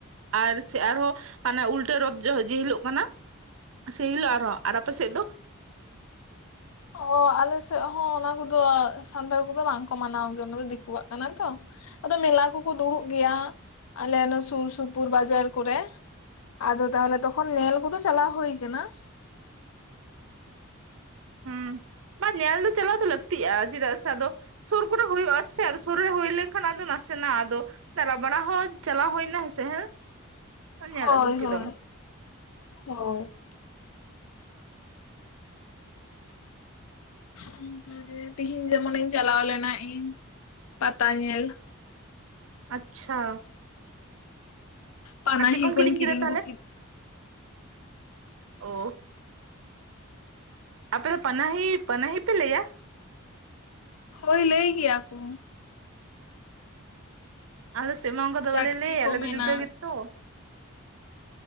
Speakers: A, on the right; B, on the left.
A: ᱟᱨ ᱥᱮ ᱟᱨᱦᱚᱸ ᱦᱟᱱᱟ ᱩᱞᱴᱟᱹ ᱨᱚᱛᱷ ᱡᱚ ᱡᱮ ᱦᱤᱞᱳᱜ ᱠᱟᱱᱟ᱾ ᱥᱮ ᱦᱤᱞᱳᱜ ᱟᱨᱦᱚᱸ ᱟᱨ ᱟᱯᱮ ᱥᱮᱫ ᱫᱚ?
B: ᱚ ᱟᱞᱮ ᱥᱮᱫ ᱦᱚᱸ ᱚᱱᱟ ᱠᱚᱫᱚ ᱥᱟᱱᱛᱟᱲ ᱠᱚᱫᱚ ᱵᱟᱝᱠᱚ ᱢᱟᱱᱟᱣ ᱜᱮᱭᱟ ᱚᱱᱟ ᱫᱚ ᱫᱤᱠᱩᱣᱟᱜ ᱠᱟᱱᱟ ᱛᱚ᱾ ᱟᱫᱚ ᱢᱮᱞᱟ ᱠᱚᱠᱚ ᱫᱩᱲᱩᱵ ᱜᱮᱭᱟ ᱟᱞᱮ ᱚᱱᱟ ᱥᱩᱨ ᱥᱩᱯᱩᱨ ᱵᱟᱡᱟᱨ ᱠᱚᱨᱮ᱾ ᱟᱫᱚ ᱛᱟᱦᱚᱞᱮ ᱛᱚᱠᱷᱚᱱ ᱧᱮᱞ ᱠᱚᱫᱚ ᱪᱟᱞᱟᱣ ᱦᱳᱭ ᱠᱟᱱᱟ᱾
A: ᱦᱩᱸ ᱵᱟᱝ ᱧᱮᱞ ᱫᱚ ᱪᱟᱞᱟᱣ ᱫᱚ ᱞᱟᱹᱠᱛᱤᱜᱼᱟ ᱪᱮᱫᱟᱜ ᱥᱮ ᱟᱫᱚ ᱥᱩᱨ ᱠᱚᱨᱮ ᱦᱩᱭᱩᱜᱼᱟ ᱥᱮ, ᱟᱫᱚ ᱥᱩᱨ ᱨᱮ ᱦᱩᱭ ᱞᱮᱱᱠᱷᱟᱱ ᱟᱫᱚ ᱱᱟᱥᱮᱱᱟᱜ ᱟᱫᱚ ᱫᱟᱨᱟ ᱵᱟᱲᱟ ᱦᱚᱸ ᱪᱟᱞᱟᱣ ᱦᱩᱭᱱᱟ ᱦᱮᱸ ᱥᱮ ᱦᱮᱸ, ᱧᱮᱞ
B: ᱦᱳᱭ
A: ᱟᱹᱜᱩ ᱠᱮᱫᱟᱢ
B: ᱦᱳᱭ ᱦᱳᱭ᱾ ᱚᱝᱠᱟ ᱜᱮ ᱛᱤᱦᱤᱧ ᱡᱮᱢᱚᱱᱤᱧ ᱪᱟᱞᱟᱣ ᱞᱮᱱᱟ ᱤᱧ ᱯᱟᱛᱟ ᱧᱮᱞ᱾
A: ᱟᱪᱪᱷᱟ᱾
B: ᱯᱟᱱᱟᱦᱤ
A: ᱟᱨ ᱪᱮᱜ ᱠᱚᱢ
B: ᱠᱚᱧ
A: ᱠᱤᱨᱤᱧ ᱠᱮᱫᱟ ᱛᱟᱦᱞᱮ?
B: ᱟᱹᱜᱩ
A: ᱳ ᱟᱯᱮ ᱫᱚ ᱯᱟᱱᱟᱦᱤ ᱯᱟᱱᱟᱦᱤ ᱯᱮ ᱞᱟᱹᱭᱟ?
B: ᱦᱳᱭ ᱞᱟᱹᱭ ᱜᱮᱭᱟ ᱠᱚ᱾
A: ᱟᱞᱮ ᱥᱮᱜ ᱢᱟ ᱚᱝᱠᱟ ᱫᱚ
B: ᱪᱟᱴᱠᱤ
A: ᱵᱟᱞᱮ ᱞᱟᱹᱭ ᱟᱞᱮ
B: ᱠᱚ
A: ᱫᱚ
B: ᱢᱮᱱᱟ
A: ᱡᱩᱫᱟᱹ ᱜᱮᱛᱚ᱾